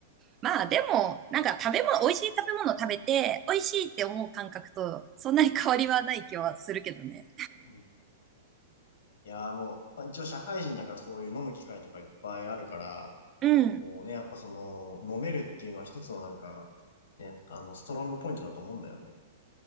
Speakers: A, on the right; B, on the left.
A: まあ、でも、なんか食べ物、美味しい食べ物を食べて、美味しいって思う感覚と、そんなに変わりはない気はするけどね。
B: うんいやーもう、まあ一応社会人だからそういう飲む機会とかいっぱいあるから、
A: うん。
B: こうね、やっぱその、飲めるっていうのは一つのなんか、ね、あの、ストロングポイントだと思うんだよね。